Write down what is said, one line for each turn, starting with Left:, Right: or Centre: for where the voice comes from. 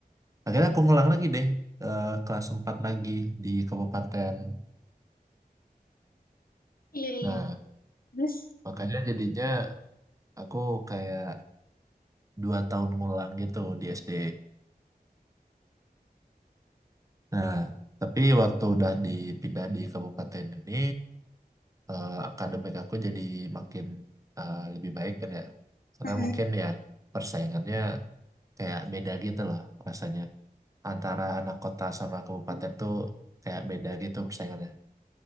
Right: akhirnya aku ngulang lagi deh eh, kelas 4 lagi di kabupaten.
Left: Iya
Right: Nah,
Left: iya. Terus.
Right: makanya jadinya aku kayak dua tahun ngulang gitu di SD. Nah, tapi waktu udah dipindah di kabupaten ini, eh, akademik aku jadi makin eh, lebih baik kan ya. Karena
Left: Hmm.
Right: mungkin ya persaingannya kayak beda gitu loh rasanya. Antara anak kota sama kabupaten tuh kayak beda gitu persaingannya.